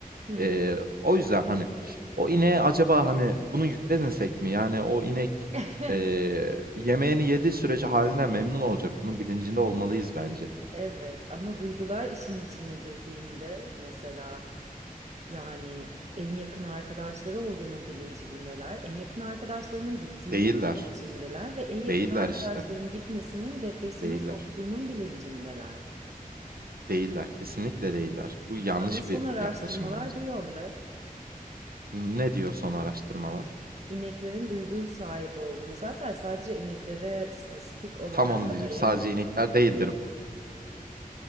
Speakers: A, on the right; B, on the right.
A: Hı.
B: Eee, o yüzden, hani, o ineğe acaba, hani, bunu yüklemesek mi? Yani o inek,
A: <laughs>
B: eee, yemeğini yediği sürece haline memnun olacak. Bunun bilincinde olmalıyız bence.
A: Evet ama duygular işin içine girdiğinde mesela yani en yakın arkadaşları olduğunun bilincindeler. En yakın arkadaşlarının gittiğinin
B: Değiller.
A: bilincindeler ve en yakın
B: Değiller
A: arkadaşların
B: işte.
A: gitmesinin depresyona
B: Değiller.
A: soktuğunun bilincindeler.
B: Değiller. Kesinlikle değiller. Bu yanlış
A: Ama son
B: bir
A: araştırmalar
B: yaklaşım bence.
A: bu yönde.
B: Ne diyor son araştırmalar?
A: İneklerin duygu sahip olduğunu zaten sadece ineklere spesifik olarak
B: Tam onu
A: adayamayız.
B: diyecek. Sadece inekler değildir bu.